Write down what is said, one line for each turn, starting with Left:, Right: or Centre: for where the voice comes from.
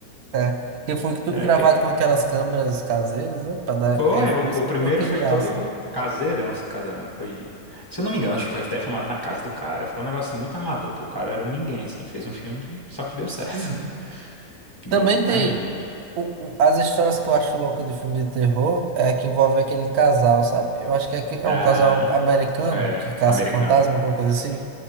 Right: É. Porque foi tudo
Left: É,
Right: gravado
Left: porque
Right: com aquelas câmeras caseiras, né? Pra dar,
Left: foi,
Right: é
Left: é, o,
Right: por isso
Left: o
Right: que
Left: primeiro
Right: ficou aquele
Left: foi todo
Right: ar, assim.
Left: caseirão, assim, caseirão, foi, se eu não me engano, acho que foi até filmado na casa do cara, foi um negócio muito amador, pô, o cara era um ninguém, assim, fez um filme, só que deu certo,
Right: Uhum.
Left: <laughs> ninguém
Right: Também
Left: nem
Right: tem.
Left: imagina.
Right: o- o- as histórias que eu acho louca de filme de terror é que envolve aquele casal, sabe? Eu acho que é, que- é
Left: Ah,
Right: um casal americano
Left: é,
Right: que caça
Left: americano,
Right: fantasma, alguma coisa assim.